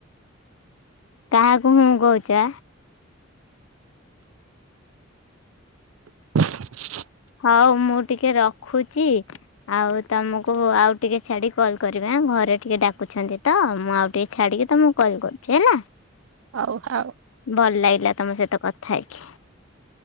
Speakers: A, on the left; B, on the right.
A: ତାହାକୁ ହୁଁ କଉଛ?
B: <inaudible>
A: ହଉ ମୁଁ ଟିକେ ରଖୁଛି। ଆଉ ତମକୁ ଆଉ ଟିକେ ଛାଡି କଲ୍ କରିଵି ଆଁ, ଘରେ ଟିକେ ଡାକୁଛନ୍ତି ତ, ମୁଁ ଆଉ ଟିକେ ଛାଡିକି ତମକୁ କଲ୍ କରୁଛି ହେଲା।
B: ହଉ ହଉ।
A: ଡଲ ଲାଗିଲା ତମ ସହିତ କଥା ହେଇକି?